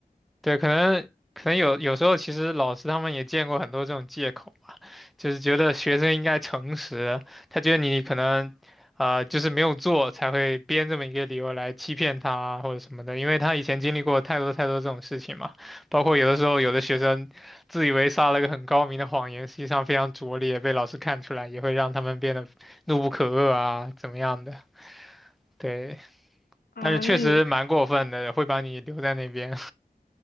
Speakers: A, in the centre; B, on the left.
A: 对，可能可能有有时候其实老师他们也见过很多这种借口吧，就是觉得学生应该诚实，他觉得你可能呃就是没有做才会编这么一个理由来欺骗他啊或者什么的，因为他以前经历过太多太多这种事情嘛，包括有的时候有的学生自以为撒了个很高明的谎言，实际上非常拙劣，被老师看出来也会让他们变得怒不可遏啊，怎么样的，对。
B: 啊、
A: 但是确实蛮过分的，
B: 那你
A: 会把你留在那边。